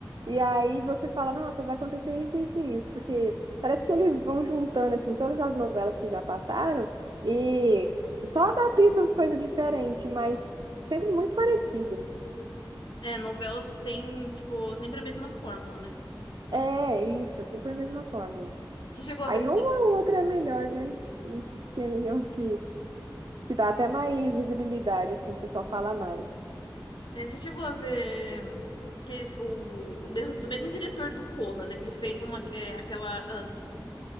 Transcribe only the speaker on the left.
É, novela tem, tipo, sempre a mesma fórmula, né?
Você chegou a
ver também.
é, você chegou a ver hum, que o, o mesmo, do mesmo diretor do Corra, né? Que ele fez uma, é, aquela Us,